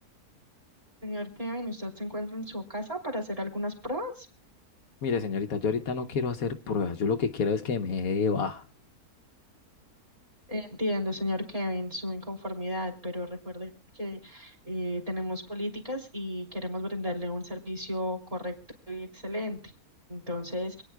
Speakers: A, on the right; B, on the left.
A: Señor Kevin, ¿usted se encuentra en su casa para hacer algunas pruebas?
B: Mire, señorita, yo ahorita no quiero hacer pruebas, yo lo que quiero es que me dé de baja.
A: Entiendo, señor Kevin, su inconformidad, pero recuerde que eh, tenemos políticas y queremos brindarle un servicio correcto y excelente. Entonces,